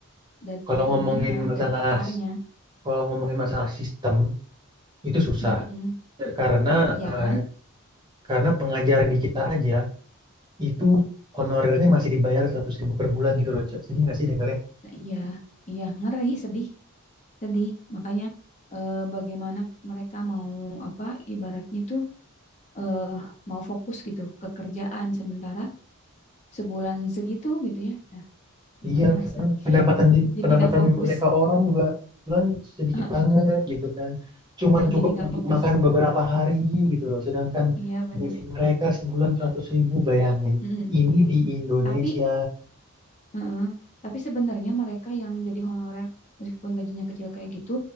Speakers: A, on the left (about 35°); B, on the right (about 20°).
A: dari
B: Kalau ngomongin
A: ininya,
B: masalah
A: dari akarnya.
B: kalau ngomongin masalah sistem itu susah
A: Mm-mm.
B: karena
A: Iya
B: eh,
A: kan?
B: karena pengajar di kita aja itu honorernya masih dibayar seratus ribu per bulan gitu loh Cak. Sedih nggak sih dengarnya?
A: Lah, Iya, iya ngeri, sedih, sedih. Makanya eh, bagaimana mereka mau apa ibaratnya tuh eh, mau fokus gitu ke kerjaan sementara sebulan segitu gitu ya. Nah, gimana
B: Iya,
A: sih?
B: kan pendapatan di-
A: Jadi
B: pendapatan
A: nggak fokus.
B: mereka orang juga bulan sedikit
A: <laughs>
B: banget gitu kan. Cuman
A: Iya,
B: cukup
A: jadi nggak
B: untuk
A: fokus.
B: makan beberapa hari gitu loh. Sedangkan
A: Iya, bener.
B: gaji mereka sebulan seratus ribu bayangin.
A: Mm-mm.
B: Ini di Indonesia.
A: Tapi, mm-mm. Tapi sebenarnya mereka yang jadi honorer meskipun gajinya kecil kayak gitu,